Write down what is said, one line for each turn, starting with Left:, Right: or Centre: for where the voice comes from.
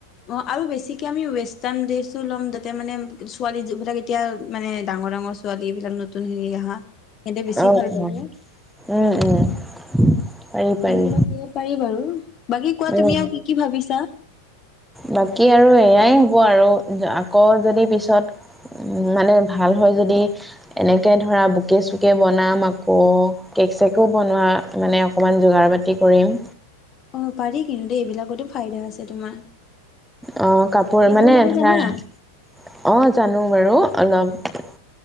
Left: অ, আৰু বেছিকে আমি ৱেষ্টাৰ্ণ ড্ৰেছো ল'ম, যাতে মানে ছোৱালীবিলাক এতিয়া মানে ডাঙৰ- ডাঙৰ ছো ছোৱালী এইবিলাক নতুন হেৰি আহা সিহঁতে বেছি
Centre: অ',
Left: ভাল পাব।
Centre: অ', উম, উম। পাৰি পাৰি
Left: তেনেকুৱা এটা কৰিব পাৰি বাৰু। বাকী কোৱা
Centre: উম
Left: তুমি আৰু কি কি ভাবিছা?
Centre: বাকী আৰু এয়াই হ'ব আৰু, য আকৌ যদি পিছত মানে ভাল হয় যদি, এনেকে ধৰা বোকে- চোকে বনাম আকৌ কেক- চেকো বনোৱা, মানে অকমান যোগাৰ পাতি কৰিম।
Left: অ, পাৰি কিন্তু, দেই এইবিলাকতো ফাইদা আছে তোমাৰ।
Centre: অ, কাপোৰ
Left: কেক
Centre: মানে
Left: বনাব
Centre: ধৰা,
Left: জানা
Centre: অ, জানো বাৰু অলপ।